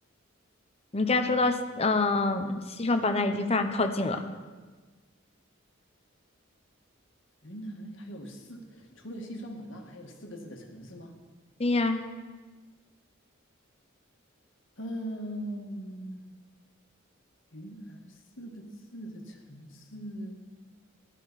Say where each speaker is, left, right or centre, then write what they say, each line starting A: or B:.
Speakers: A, on the left; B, on the left.
A: 你刚才说到，嗯、西双版纳已经非常靠近了。
B: 云南还有四，除了西双版纳，还有四个字的城市吗？
A: 对呀，
B: 嗯，云南四个字的城市，